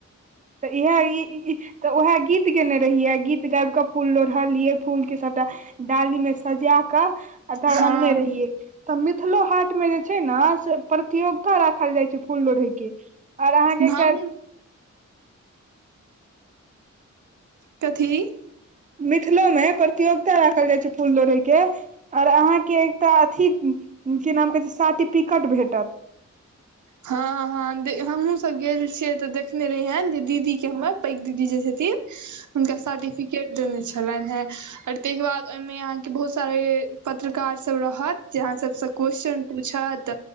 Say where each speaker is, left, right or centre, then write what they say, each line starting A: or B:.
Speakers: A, on the right; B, on the right.
A: तऽ इएह ई ईह तऽ उएह गीत गयने रहियै गीत गाबि कऽ फूल लोढ़लियै फूलके सभटा डालीमें सजाकऽ तधर
B: हँ
A: अनने रहियै। तऽ मिथिलो हाटमे जे छैय नऽ से प्रतियोगिता राखल जाइत छैय फूल लोढ़ैके। आऔर अहाँके
B: हम
A: एकटा
B: कथी?
A: मिथिलोमे प्रतियोगिता राखल जाइ छैय फूल लोढ़ैके। आऔर अहाँके एकटा अथी कि नाम कहे छैय सर्टिफिकेट भेटत।
B: हँ हँ हमहूँ सब गेल छियै तऽ देखने रहियेन जे दीदी के हमर
A: ह
B: पैघ दीदी जे छथिन हुनका सर्टिफिकेट देने छलनि हेँ और ताहिके बाद ओहिमे अहाँके बहुत सारा पत्रकार सभ रहत जे अहाँ सबसँ क्वेश्चन पूछत